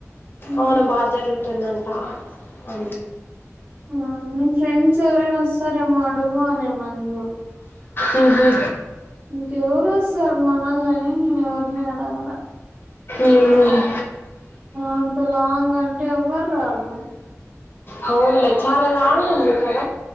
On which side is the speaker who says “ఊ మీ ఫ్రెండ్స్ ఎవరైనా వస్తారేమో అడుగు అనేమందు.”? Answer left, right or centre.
Right